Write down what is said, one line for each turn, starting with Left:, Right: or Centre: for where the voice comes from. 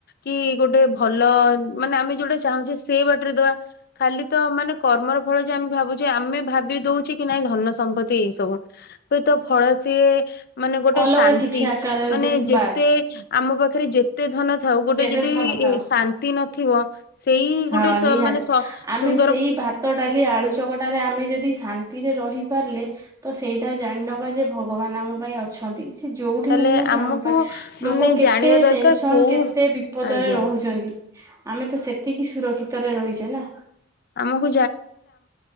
Left: କି ଗୋଟେ ଭଲ ଉଁ ମାନେ ଆମେ ଯୋଉଟା ଚାହୁଁଛେ ସେ ବାଟରେ ଦବା ଖାଲି ତ ମାନେ କର୍ମର ଫଳ ଯେ ଆମେ ଭାବୁଛେ ଆମେ ଭାବି ଦଉଛେ କି ନାଇଁ ଧନ ସମ୍ପତ୍ତି ଏଇ ସବୁ ହୁଏତ ଫଳ ସିଏ ମାନେ ଗୋଟେ
Right: ଅଲଗା
Left: ଶାନ୍ତି
Right: କିଛି ଆକାରରେ
Left: ମାନେ
Right: ଦେ
Left: ଯେତେ
Right: ବାସ୍
Left: ଏ ଆମ ପାଖରେ ଯେ ତେ ଧନ ଥାଉ ଗୋଟେ
Right: ଯେତେ
Left: ଯଦି
Right: ଧନ ଥାଉ
Left: ଶାନ୍ତି ନଥିବ ସେଇ
Right: ହଁ
Left: ଗୋଟେ ସ
Right: ନିହାତି
Left: ମାନେ ସ
Right: ଆମେ
Left: ସୁନ୍
Right: ସେଇ ଭାତ, ଡାଲି, ଆଳୁ ଚକଟାରେ ଆମେ ଯଦି ଶାନ୍ତିରେ ରହିପାରିଲେ ତ ସେଇଟା ଜାଣିନବା ଯେ ଭଗବାନ ଆମ ପାଇଁ ଅଛନ୍ତି। ସେ ଯୋଉଠି
Left: ତାହେଲେ
Right: ନା ଯୋଉଠି
Left: ଆମକୁ
Right: ଆମ ପାଇଁ ଲୋକ
Left: ମାନେ
Right: କେତେ
Left: ଜାଣିବା ଦରକାର
Right: ଟେନସନ
Left: କୋଉ
Right: କେ ବିପଦରେ
Left: ଆଜ୍ଞା।
Right: ରହୁଛନ୍ତି ଆମେ ତ ସେତିକି ସୁରକ୍ଷିତରେ ରହିଛେ ନା।
Left: ଆମକୁ